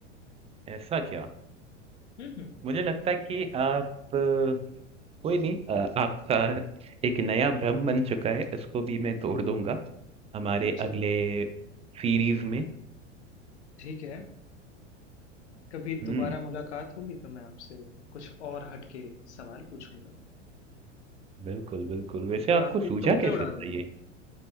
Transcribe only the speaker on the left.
हम्म हम्म
और चलो
ठीक है कभी
दोबारा मुलाकात होगी तो मैं आपसे कुछ और हटके सवाल पूछूंगा
जो
आपके
तोते
उड़ा
दें